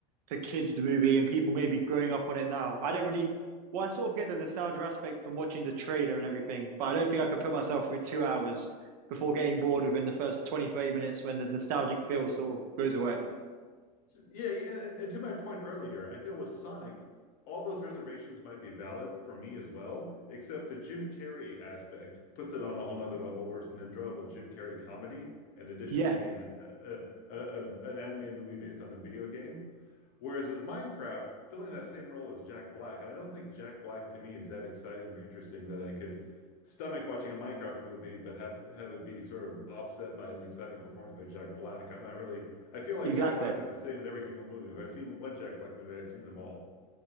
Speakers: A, on the right; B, on the left.
A: for kids the movie and people maybe growing up on it now. I don't really well, I sort of get the nostalgia aspect from watching the trailer and everything, but I don't think I could put myself through two hours before getting bored within the first 20, 30 minutes when the nostalgic feel sort of goes away.
B: So- Yeah, and, and to my point earlier, I feel with Sonic, all those reservations might be valid for me as well, except the Jim Carrey aspect puts it on a whole nother level where it's an enjoyable Jim Carrey comedy, in addition
A: Yeah,
B: to being a, a, a, a- an animated movie based on a video game. Whereas with Minecraft, filling that same role as Jack Black, and I don't think Jack Black to me is that exciting or interesting that I could stomach watching a Minecraft movie, but have have it be sort of offset by an exciting performance by Jack Black. I'm not really, I feel like
A: exactly.
B: Jack Black is the same in every single movie. If I've seen one Jack Black movie, I've seen them all.